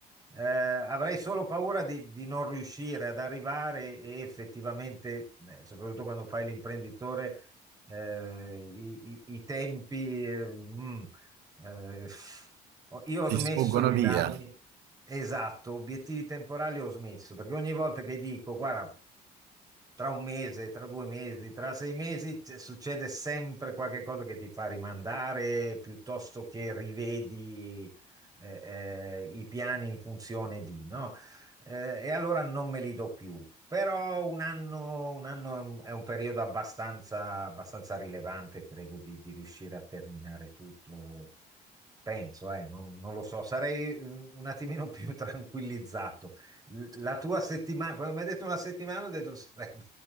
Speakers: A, on the right (about 20°); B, on the right (about 80°).
A: Eh, avrei solo paura di, di non riuscire ad arrivare e effettivamente, eh, soprattutto quando fai l'imprenditore, eh, i, i- i tempi, eh, mm, eh, io ho
B: Ti
A: smesso
B: sfuggono
A: di
B: via?
A: darmi, esatto, obiettivi temporali ho smesso, perché ogni volta che dico, guarda, tra un mese, tra due mesi, tra sei mesi, c- succede sempre qualche cosa che ti fa rimandare piuttosto che rivedi eh, eh, i piani in funzione di, no? Eh, e allora non me li do più. Però un anno, un anno è un è un periodo abbastanza, abbastanza rilevante, credo, di, di riuscire a terminare tutto. Penso, eh, non, non lo so, sarei mm, un attimino più <laughs> tranquillizzato. L- La tua settimana, quando mi hai detto una settimana, ho detto sarebbe